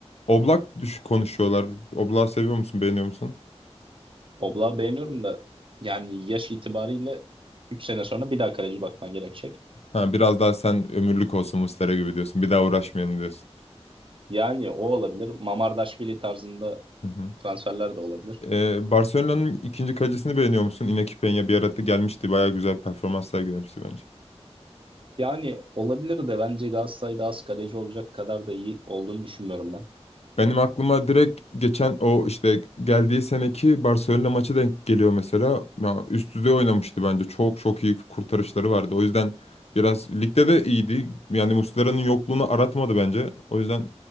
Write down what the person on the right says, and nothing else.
Oblak'ı beğeniyorum da yani yaş itibariyle 3 sene sonra bir daha kaleci bakman gerekecek.
Yani o olabilir. Mamardaşvili tarzında
transferler de olabilir.
Yani olabilir de bence Galatasaray'da az kaleci olacak kadar da iyi olduğunu düşünmüyorum ben.